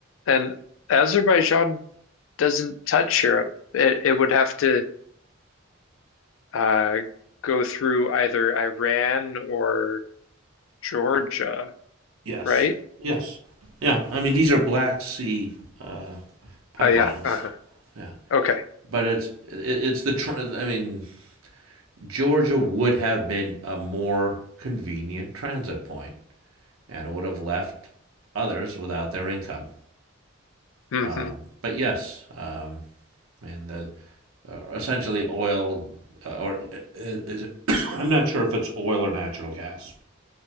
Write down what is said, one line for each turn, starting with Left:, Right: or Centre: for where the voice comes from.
Left: and Azerbaijan doesn't touch Europe. It, it would have to uh, go through either Iran or Georgia,
Right: Yes.
Left: right?
Right: Yes. Yeah. I mean, these are Black Sea uh, pipelines.
Left: Oh, yeah. Uh-huh.
Right: Yeah.
Left: Okay.
Right: But it's it, it's the tr- I mean, Georgia would have been a more convenient transit point, and it would have left others without their income.
Left: hmm
Right: Um, but yes, um, man, the uh, essentially oil uh, or i- is it, <coughs> I'm not sure if it's oil or natural gas.